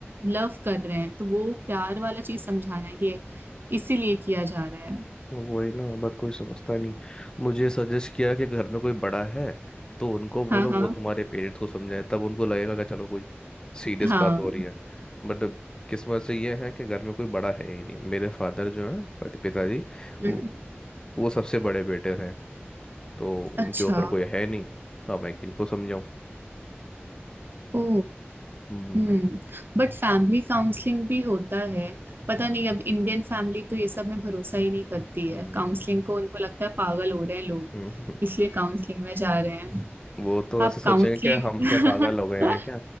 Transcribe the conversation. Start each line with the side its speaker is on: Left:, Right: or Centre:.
Right: लव कर रहे हैं तो वो प्यार वाला चीज समझाना है कि इसीलिए किया जा रहा है
Left: वही ना बट कोई समझता नहीं मुझे सजेस्ट किया कि घर में कोई बड़ा है तो उनको बोलो
Right: हाँ हाँ
Left: वो तुम्हारे पेरेंट्स को समझाए तब उनको लगेगा कि चलो कोई सीरियस
Right: हाँ
Left: बात हो रही है बट किस्मत से ये है कि घर में कोई बड़ा है ही नहीं मेरे फादर जो है पति पिताजी
Right: हम्म,
Left: वो वो सबसे बड़े बेटे थे तो उनके
Right: अच्छा
Left: ऊपर कोई है नहीं अब मैं किनको समझाऊं
Right: ओ
Left: हम्म,
Right: हम्म बट फैमिली काउंसलिंग भी होता है पता नहीं अब इंडियन फैमिली तो ये सब में भरोसा ही नहीं करती है
Left: हम्म,
Right: काउंसलिंग को उनको लगता है पागल हो रहे हैं लोग
Left: हम्म, हम्म।
Right: इसलिए काउंसलिंग में जा रहे हैं
Left: वो तो ऐसे
Right: आप
Left: सोचेंगे
Right: काउंसलिंग
Left: कि हम क्या पागल हो गए हैं
Right: <laughs>
Left: क्या